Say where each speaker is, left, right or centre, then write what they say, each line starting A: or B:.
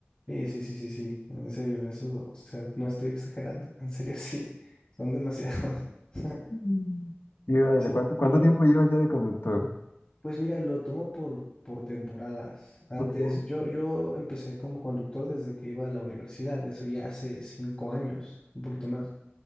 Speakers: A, on the left (about 25°); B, on the left (about 80°).
A: Sí, sí, sí, sí, sí. En serio, eso, o sea, no estoy exagerando. En serio, <laughs> sí. Son demasiados. <laughs>
B: Mm. Qué vaina.
A: Sí,
B: ¿Cuánto, cuánto
A: pero
B: tiempo llevas ya de conductor?
A: pues mira, lo tomo por, por temporadas. Antes,
B: Ok.
A: yo, yo empecé como conductor desde que iba a la universidad, eso ya hace cinco años, un poquito más.